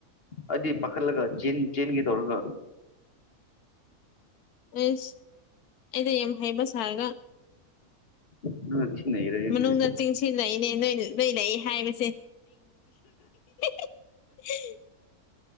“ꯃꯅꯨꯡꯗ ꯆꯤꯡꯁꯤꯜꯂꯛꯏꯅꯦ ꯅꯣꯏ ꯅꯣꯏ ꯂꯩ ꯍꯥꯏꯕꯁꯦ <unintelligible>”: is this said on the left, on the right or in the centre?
Left